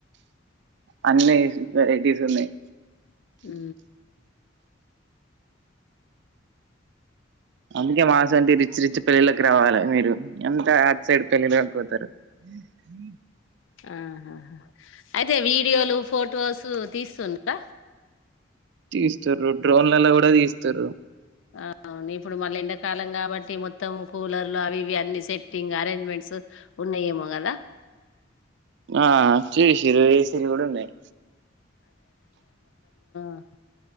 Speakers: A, on the right; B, on the left.
A: అన్ని వెరైటీస్ ఉన్నాయి
B: అ
A: అందుకే మాస అంటంటి రిచ్ రిచి పళ్లా రావాలి మీరు ఎంత అ సైడ్ తెలి లేకపోతారు హ
B: ఆహాహా అయితే వీడియోలు ఫొటోసు తీస్తుండార
A: తీస్తారు డ్రోన్లలో కూడా తీస్తారు
B: అవును ఇప్పుడు మళ్ళీ ఎండాకాలం కాబట్టి మొత్తం కూలర్లు అవి ఇవి అన్ని సెట్టింగ్ అరేంజ్మెంట్స్ ఉన్నాయేమో కదా
A: ఆ చి శరు ఏ శరి కూడాడున్నాయి
B: ఆ